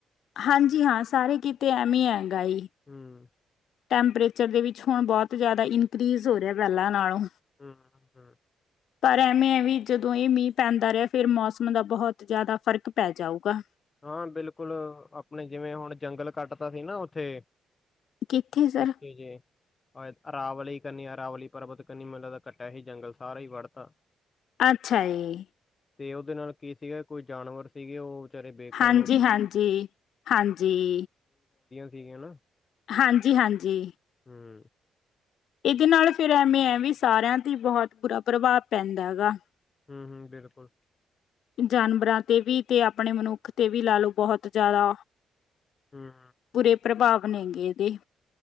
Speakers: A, on the left (about 65°); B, on the left (about 35°).
A: ਹਾਂਜੀ ਹਾਂ ਸਾਰੇ ਕਿਤੇ ਐਵੇ ਹੀ ਐ ਗਾ ਜੀ,
B: ਹੂੰ,
A: ਟੈਂਪਰੇਚਰ ਦੇ ਵਿੱਚ ਹੁਣ ਬਹੁਤ ਜ਼ਿਆਦਾ ਇਨਕਰੀਜ਼ ਹੋ ਰਿਹਾ ਪਹਿਲਾਂ ਨਾਲੋਂ
B: ਹੂੰ-ਹੂੰ,
A: ਪਰ ਐਵੇਂ ਹੈ ਵੀ ਜਦੋਂ ਇਹ ਮੀਂਹ ਪੈਂਦਾ ਰਿਹਾ ਫਿਰ ਮੌਸਮ ਦਾ ਬਹੁਤ ਜ਼ਿਆਦਾ ਫ਼ਰਕ ਪੈ ਜਾਊਗਾ।
B: ਹਾਂ ਬਿਲਕੁਲ ਆਪਣੇ ਜਿਵੇਂ ਹੁਣ ਜੰਗਲ ਕੱਟਦਾ ਸੀ ਨਾ ਉੱਥੇ
A: ਕਿੱਥੇ ਸਰ?
B: ਪਿੱਛੇ ਜੇ ਰਾਵਲੀ ਕਰਨੀ ਆ, ਰਾਵਲੀ ਪਰਬਤ ਕਨੀ ਕੱਟਿਆ ਹੀ ਜੰਗਲ ਸਾਰਾ ਹੀ ਵੜਤਾ,
A: ਅੱਛਾ ਜੀ,
B: ਤੇ ਉਹਦੇ ਨਾਲ ਕੀ ਸੀਗਾ ਕੋਈ ਜਾਨਵਰ ਸੀਗੇ ਉਹ ਵਿਚਾਰੇ ਬੇਘਰ
A: ਹਾਂਜੀ-ਹਾਂਜੀ-ਹਾਂਜੀ,
B: ਹੋ ਗਏ ਠੀਕ ਹੈ ਨਾ,
A: ਹਾਂਜੀ-ਹਾਂਜੀ,
B: ਹੂੰ,
A: ਇਹਦੇ ਨਾਲ ਫਿਰ ਐਵੇਂ ਹੈ ਵੀ ਸਾਰਿਆਂ ਤੇ ਬਹੁਤ ਬੁਰਾ ਪ੍ਰਭਾਵ ਪੈਂਦਾ ਹੈ ਗਾ।
B: ਹੂੰ-ਹੂੰ, ਬਿਲਕੁਲ।
A: ਜਾਨਵਰਾਂ ਤੇ ਵੀ ਤੇ ਆਪਣੇ ਮਨੁੱਖ ਤੇ ਵੀ ਲਾ ਲੋ। ਬਹੁਤ ਜ਼ਿਆਦਾ
B: ਹੂੰ
A: ਬੁਰੇ ਪ੍ਰਭਾਵ, ਆਪਣੇ ਗਏ ਦੇ,